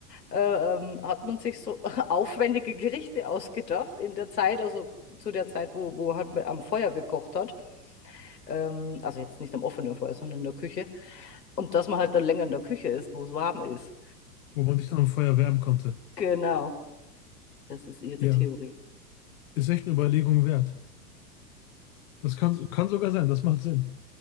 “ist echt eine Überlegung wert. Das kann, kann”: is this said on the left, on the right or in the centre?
Left